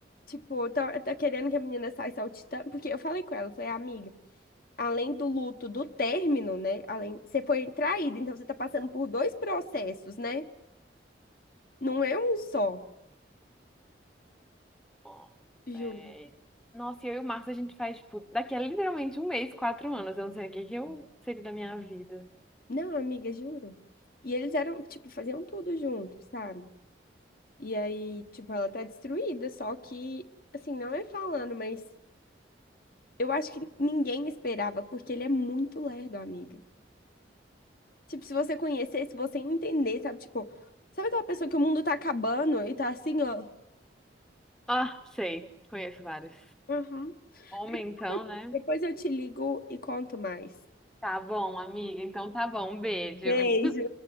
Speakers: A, on the left; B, in the centre.
A: Tipo, tá, tá querendo que a menina saia saltitando. Porque eu falei com ela, falei, amiga. além do luto do término, né? Além, você foi traída, então você tá passando por dois processos, né? Não é um só.
B: Ai,
A: Juro.
B: véi. Nossa, e eu e o Marcos, a gente faz, tipo, daqui a literalmente um mês, quatro anos. Eu não sei o que que eu seria da minha vida.
A: Não, amiga, juro. E eles eram, tipo, faziam tudo junto, sabe? E aí, tipo, ela tá destruída, só que, assim, não é falando, mas eu acho que ninguém esperava, porque ele é muito lerdo, amiga. Tipo, se você conhecesse, se você entender, sabe? Tipo, sabe aquela pessoa que o mundo tá acabando e tá assim, ó.
B: Ah, sei, conheço vários.
A: Uhum.
B: Homem,
A: Depois
B: então,
A: eu
B: né?
A: depois eu te ligo e conto mais.
B: Tá bom, amiga, então tá bom, um beijo.
A: Beijo.